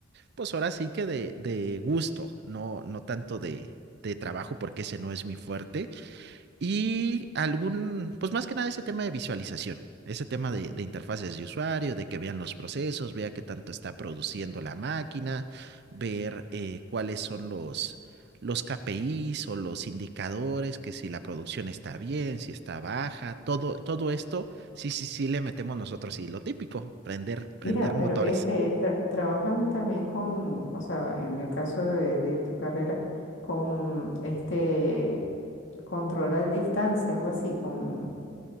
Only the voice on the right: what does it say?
pues ahora sí que de, de gusto, no, no tanto de, de trabajo, porque ese no es mi fuerte. Y algún, pues más que nada ese tema de visualización, ese tema de, de interfaces de usuario, de que vean los procesos, vea qué tanto está produciendo la máquina, ver eh, cuáles son los, los KPIs o los indicadores, que si la producción está bien, si está baja, todo, todo esto, sí, sí, sí le metemos nosotros y lo típico, prender, prender
motores.